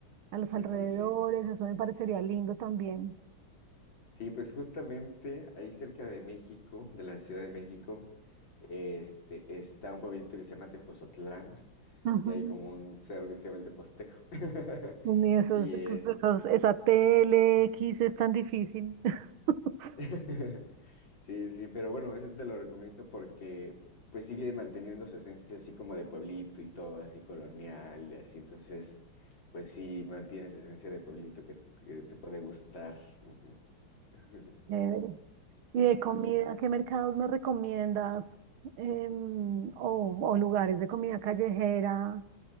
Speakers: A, on the right; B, on the left.
A: a
B: Sí,
A: los alrededores,
B: sí, sí.
A: eso me parecería lindo también.
B: Sí, pues justamente ahí cerca de México, de la Ciudad de México, este, está un pueblito que se llama Tepozotlán
A: Ujú.
B: y hay como un cerro que se llama el Teposteco. <laughs>
A: Y esos-
B: Y este,
A: esos- esa TLX es tan difícil. <laughs>
B: <laughs> sí, sí, pero bueno, ese te lo recomiendo porque pues sigue manteniendo su esencia así como de pueblito y todo, así colonial y así. Entonces, pues sí, mantiene esa esencia de pueblito que, que te puede gustar. Ujú. <laughs>
A: Chévere. ¿Y de
B: Sí,
A: comida,
B: sí.
A: qué mercados me recomiendas? Em, o, o lugares de comida callejera